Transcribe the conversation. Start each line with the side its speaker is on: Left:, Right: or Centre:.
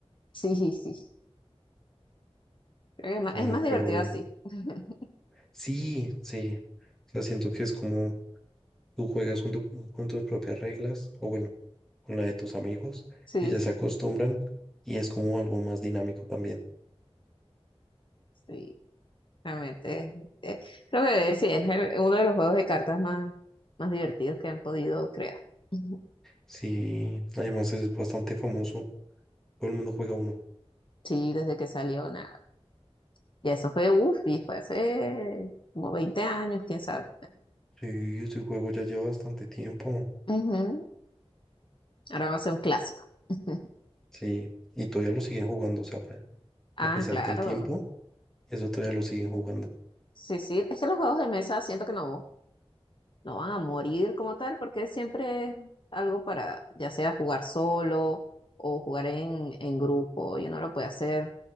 Left: Sí, sí. sí. Creo que es más,
Centre: Ah,
Left: es más divertido
Centre: pero bueno,
Left: así. <laughs>
Centre: sí, sí. O sea, siento que es como tú juegas con, tu- con tus propias reglas, o bueno, con la de tus amigos,
Left: Sí,
Centre: y ya
Left: sí,
Centre: se acostumbran y es como algo más dinámico también.
Left: sí. Realmente, eh, creo que sí, es el- uno de los juegos de cartas más, más divertidos que han podido crear. Ujú.
Centre: Sí, además es bastante famoso, todo el mundo juega uno.
Left: Sí, desde que salió, nada. Y eso fue, uff, y fue hace como 20 años, quién sabe.
Centre: Sí, este juego ya lleva bastante tiempo.
Left: Ujú. Ahora va a ser un clásico. <laughs>
Centre: Sí, y todavía lo siguen jugando, o sea, pa-
Left: Ah,
Centre: a pesar
Left: claro.
Centre: del tiempo, eso todavía lo siguen jugando.
Left: Sí, sí. Es que los juegos de mesa siento que no, no van a morir como tal, porque siempre es algo para, ya sea jugar solo o jugar en, en grupo, y uno lo puede hacer